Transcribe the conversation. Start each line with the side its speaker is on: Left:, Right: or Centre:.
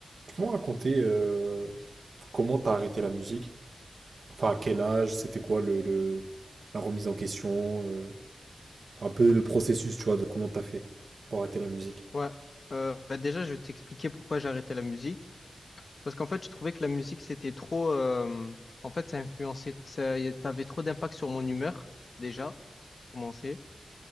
Right: Tu peux me raconter euh, comment t'as arrêté la musique? Enfin, à quel âge? C'était quoi le, le- la remise en question? euh, un peu le processus, tu vois, de comment t'as fait pour arrêter la musique.
Left: Ouais. Euh, bah déjà, je vais t'expliquer pourquoi j'ai arrêté la musique. Parce qu'en fait, je trouvais que la musique, c'était trop. euh, En fait, ça influençait. Ça y- ça avait trop d'impact sur mon humeur, déjà, pour commencer.